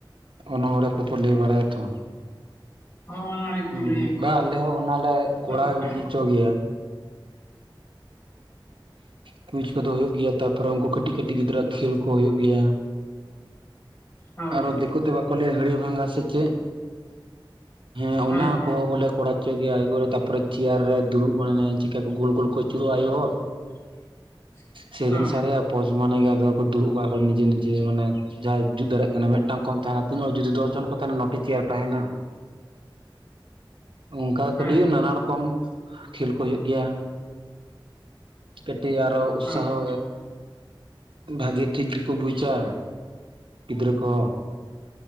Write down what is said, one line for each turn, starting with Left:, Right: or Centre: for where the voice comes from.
Right: ᱚᱱᱚᱲᱦᱮ ᱠᱚ ᱠᱚ ᱞᱟᱹᱭ ᱵᱟᱲᱟᱭᱟᱛᱚ
Left: <unintelligible>
Right: ᱦᱩᱸ ᱵᱟ ᱟᱞᱮ
Left: ᱟᱨ
Right: ᱦᱚᱸ ᱚᱱᱟᱞᱮ ᱠᱚᱨᱟᱣ ᱜᱤ ᱦᱚᱪᱚ ᱜᱮᱭᱟ ᱠᱩᱭᱤᱪ ᱠᱚᱫᱚ ᱦᱩᱭᱩᱜ ᱜᱮᱭᱟ ᱛᱟᱨᱯᱚᱨᱮ ᱩᱱᱠᱩ ᱠᱟᱹᱴᱤᱡ ᱠᱟᱹᱴᱤᱡ ᱜᱤᱫᱽᱨᱟᱹ ᱠᱷᱮᱞ ᱠᱚ ᱦᱩᱭᱩᱜ ᱜᱮᱭᱟ
Left: ᱦᱳᱭ
Right: ᱟᱨᱚ ᱫᱤᱠᱩ ᱛᱮ ᱵᱟᱠᱚ ᱞᱟᱹᱭᱟ ᱦᱟᱹᱲᱤ ᱵᱷᱟᱜᱟ ᱥᱮ ᱪᱮᱫ ᱦᱮᱸ
Left: ᱦᱳᱭ
Right: ᱚᱱᱟ
Left: ᱦᱳᱭ
Right: ᱠᱚᱦᱚᱸ ᱵᱚᱞᱮ ᱠᱚᱲᱟ ᱦᱚᱪᱚᱮᱭᱟ <inaudible> ᱛᱟᱯᱚᱨ ᱪᱮᱭᱟᱨ ᱨᱮ ᱫᱩᱲᱩᱵ ᱢᱟᱱᱮ ᱪᱮᱠᱟ ᱠᱚ ᱜᱳᱞ ᱜᱳᱞ ᱠᱚ ᱟᱹᱪᱩᱨᱚᱜᱼᱟ ᱟᱭᱳ ᱦᱚᱲ
Left: <unintelligible>
Right: ᱥᱮᱨᱮᱧ
Left: ᱦᱳᱭ
Right: ᱫᱟᱨᱮᱭᱟ ᱯᱚᱪ ᱢᱟᱱᱮ ᱜᱮ ᱟᱫᱚ ᱫᱩᱲᱩᱵ ᱟᱠᱚ ᱱᱤᱡᱮ ᱱᱤᱡᱮ ᱢᱟᱱᱮ ᱡᱟᱦᱟᱸᱟᱭ ᱡᱩᱛ ᱫᱟᱲᱮᱭᱟᱜ ᱮ ᱢᱤᱫᱴᱟᱝ ᱠᱚᱢ ᱛᱟᱦᱮᱱᱟ ᱛᱤᱱᱟᱹᱜ ᱡᱩᱫᱤ ᱫᱚᱥ ᱡᱚᱱ ᱠᱚ ᱛᱟᱦᱮᱱᱟ ᱱᱚᱴᱤ ᱪᱮᱭᱟᱨ ᱛᱟᱦᱮᱱᱟ ᱚᱱᱠᱟ
Left: ᱦᱮᱸ
Right: ᱠᱟᱹᱴᱤᱡ ᱱᱟᱱᱟ ᱨᱚᱠᱚᱢ ᱠᱷᱮᱞ ᱠᱚ ᱦᱩᱭᱩᱜ ᱜᱮᱭᱟ ᱠᱟᱹᱴᱤᱡ ᱟᱨᱚ ᱩᱛᱥᱟᱦᱚ
Left: ᱦᱳᱭ
Right: ᱵᱷᱟᱜᱮ ᱴᱷᱤᱠ ᱜᱮᱠᱚ ᱵᱩᱡᱟ ᱜᱤᱫᱽᱨᱟᱹ ᱠᱚ